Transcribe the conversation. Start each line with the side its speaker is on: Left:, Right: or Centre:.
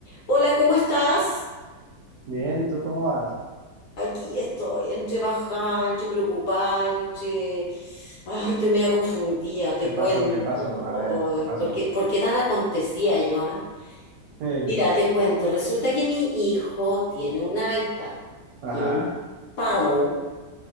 Left: Hola, ¿cómo estás?
Right: Bien, ¿y tú cómo vas?
Left: Aquí estoy, entre bajada, entre preocupada, entre... Ay, estoy media confundida, te
Right: ¿Qué pasó?
Left: cuento.
Right: ¿Qué pasó? A ver, ¿qué
Left: Ay,
Right: pasó?
Left: ¿por qué, por qué tan acontecía yo, ah?
Right: Sí,
Left: Mira, te cuento. Resulta que mi hijo tiene un iPad
Right: ajá,
Left: y el pavo